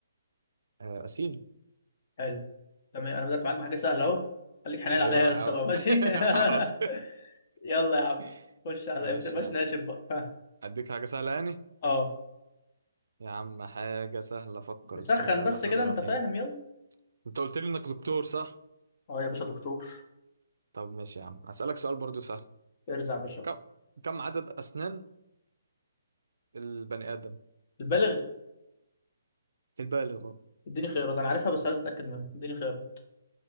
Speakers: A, on the right; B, on the left.
A: آه، أسينو
B: حلو تمام انا بدات معاك بحاجه سهله اهو خليك حنين
A: أيوة
B: عليا يا
A: يا
B: اسطى
A: عم
B: بقى ماشي
A: <laughs> حاضر
B: <laughs> يلا يا عم
A: <laughs>
B: خش على
A: ماشي
B: ما تبقاش
A: يا عم
B: ناشف بقى <laughs> ها.
A: أديك حاجة سهلة يعني
B: اه
A: يا عم حاجة سهلة فكر
B: نسخن
A: بسم الله
B: بس
A: الرحمن
B: كده
A: الرحيم
B: انت فاهم يلا
A: أنت قلت لي إنك دكتور صح؟
B: اه يا باشا دكتور
A: طب ماشي يا عم هسألك سؤال برضو سهل
B: ارزع يا باشا
A: كم كم عدد أسنان البني آدم
B: البالغ
A: البالغ
B: اديني خيارات انا عارفها بس عايز اتاكد منها اديني خيارات